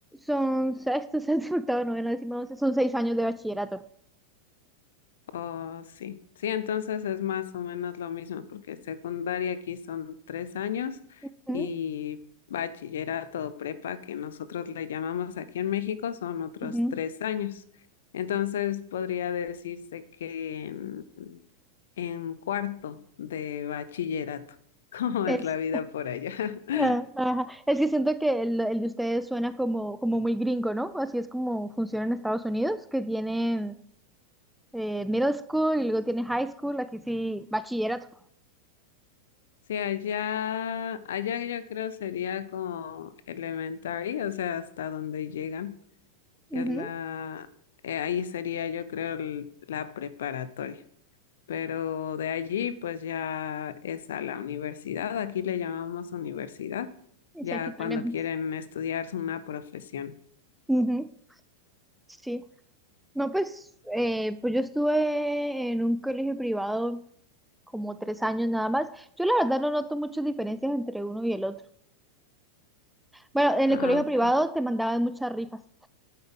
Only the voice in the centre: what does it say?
Son sexto, <laughs> séptimo, octavo, noveno, décimo, once, son seis años de bachillerato.
Ujú,
ujú.
Es,
ah, ajá. Es que siento que el, el de ustedes suena como, como muy gringo, ¿no? Así es como funciona en Estados Unidos, que tienen eh, middle school y luego tienen high school, aquí sí, bachillerato.
Ujú,
Y
sí, aquí también.
Ujú, Sí. No, pues, eh, pues yo estuve en un colegio privado como tres años nada más. Yo la verdad no noto muchas diferencias entre uno y el otro. Bueno, en
el colegio
privado te mandaban muchas rifas.